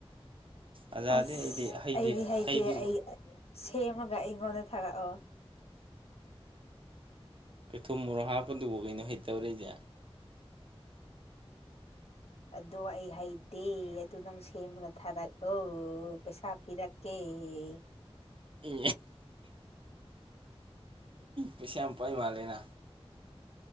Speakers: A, on the right (about 55°); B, on the left (about 75°).
A: ꯑꯆꯥꯔꯗꯤ
B: ꯑꯁ
A: ꯑꯩꯗꯤ ꯍꯩꯗꯤ
B: ꯑꯩꯗꯤ ꯍꯩꯇꯦ
A: ꯍꯩꯗꯤ
B: ꯑꯩ ꯁꯦꯝꯃꯒ ꯑꯩꯉꯣꯟꯗ ꯊꯔꯛꯑꯣ
A: ꯀꯩ ꯊꯨꯝ ꯃꯣꯔꯣ ꯍꯥꯞꯄꯗꯨꯕꯨ ꯀꯩꯅꯣ ꯍꯩꯇꯔꯥꯕꯁꯦ
B: ꯑꯗꯣ ꯑꯩ ꯍꯩꯇꯦ ꯑꯗꯨ ꯅꯪ ꯁꯦꯝꯃꯒ ꯊꯥꯔꯛꯑꯣ ꯄꯩꯁꯥ ꯄꯤꯔꯛꯀꯦ ꯑꯦ
A: ꯏ ꯄꯩꯁ ꯄꯥꯏ ꯃꯥꯜꯂꯦꯅ